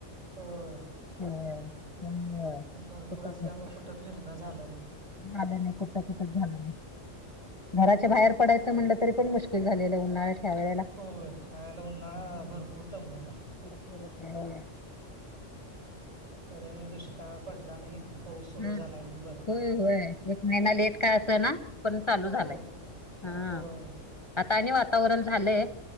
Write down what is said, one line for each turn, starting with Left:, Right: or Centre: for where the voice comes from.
Right: होय
Left: होय, त्यामुळं
Right: ऊन भरपूर
Left: कुठं
Right: असल्यामुळे
Left: गे
Right: कुठं फिरणं झाल नाही.
Left: झालं नाही, कुठं-कुठच झालं नाही,
Right: हो
Left: घराच्या बाहेर पडायचं म्हटलं तरी पण मुश्किल झालेलं, उन्हाळ्यात, या वेळेला
Right: होय, ह्यावेळेला उन्हाळा भरपूर दमवला.
Left: हो का?
Right: तरी आणि दुष्काळ पडला नाही, पाऊस सुरू
Left: हा
Right: झालाय म्हणून बरं झालय.
Left: होय होय, एक महिना का लेट असेना, पण चालू
Right: होय
Left: झालाय. हा
Right: होय
Left: आता आणि वातावरण झालंय